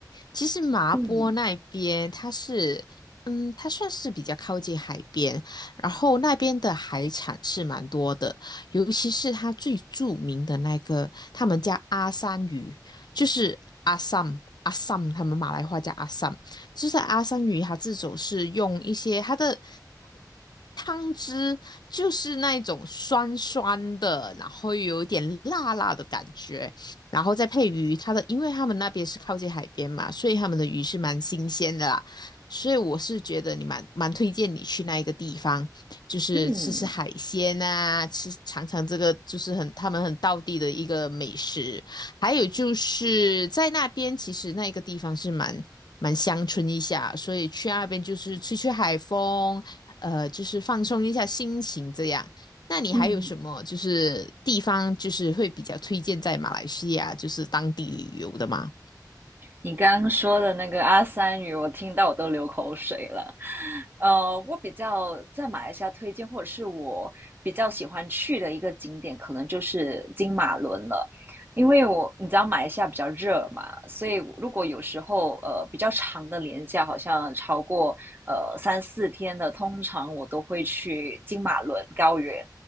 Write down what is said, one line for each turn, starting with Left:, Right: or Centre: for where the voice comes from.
Left: 其实麻坡那边它是，
Right: 嗯。
Left: 嗯，它算是比较靠近海边，然后那边的海产是蛮多的，尤其是它最著名的那个，他们叫阿三鱼，就是阿三阿三，他们马来话叫阿三，就是阿三鱼，它这种是用一些它的。汤汁就是那一种酸酸的，然后有一点辣辣的感觉，然后再配鱼，它的，因为他们那边是靠近海边嘛，所以他们的鱼是蛮新鲜的啦，所以我是觉得你蛮蛮推荐你去那一个地方，就是吃吃海鲜啊，
Right: 嗯
Left: 吃尝尝这个就是很他们很道地的一个美食，还有就是在那边其实那一个地方是蛮蛮乡村一下，所以去那边就是吹吹海风，呃，就是放松一下心情这样。那你还有什么就是地方就是会比较推荐在马来西亚就是当地旅游的吗？
Right: 嗯，你刚刚说的那个阿三语，我听到我都流口水了。呃，我比较在马来西亚推荐，或者是我比较喜欢去的一个景点，可能就是金马伦了。因为我你知道马来西亚比较热嘛，所以如果有时候呃比较长的连假，好像超过呃三四天的，通常我都会去金马伦高原，